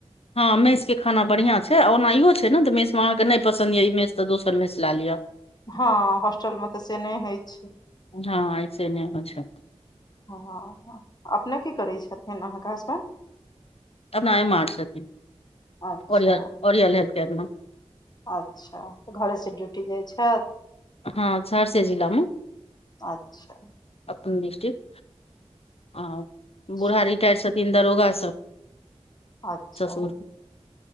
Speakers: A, on the left; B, on the left.
A: हँ मेस के खाना बढ़ियां छै ओना इ हो छै ने मेस मे अहाँके नै पसन्द य ई मेस त दोसर मेस ला लिया
B: हँ हॉस्टल मे तऽ से नै होइ छै
A: हँ ऐसे नहि होइ छै
B: हँ अपने की करै छथिन अहाँके हसबैंड
A: अपना एम आर छथिन
B: अच्छा
A: ओर ओरियल ओरिल हेल्थ केयर मे
B: अच्छाऽ घरेसँ ड्यूटी जाइ छैथ
A: हँ सहरसे जिलामे
B: अच्छा
A: अपन डिस्ट्रिक्ट आ
B: अच्छा
A: बूड़ा रिटायर्ड छथिन दरोगासँ
B: अच्छा
A: ससुर